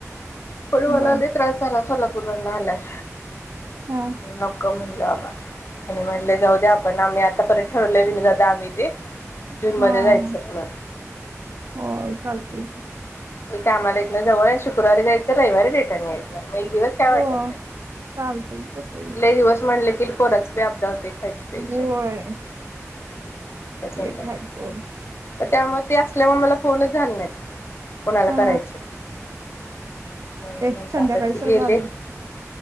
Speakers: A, on the left; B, on the right.
A: होय मला
B: बर
A: लई त्रास झाला सोलापुरला तु दुरन आलास
B: हा
A: ह नको म्हटलं! बाबा आणि म्हटले जाऊ द्या आपण आम्ही आता परत ठरवले जाऊ दे ना जून
B: हा
A: मध्ये जायचचं पुढं
B: होय चालतंय की
A: ते कामाला इथंन जवळ आहेत शुक्रवारी जायचं रविवारी रिटर्न यायचं. म एक दिवस काय
B: हो
A: वाटत नाय
B: चालतय तसही
A: लय दिवस म्हटलं तीन पोराचं लय अपदा होते खायची प्यायची
B: होय तेच
A: जाऊ द्या
B: घ्यायचं
A: त्यामुळे ते असल्यामुळे मला फोनच झाले नाहीत. कोणाला
B: हा
A: करायचय म्ह
B: ए
A: म्हटलं
B: संध्याकाळी
A: आता ते
B: सरक
A: गेले
B: बाजूला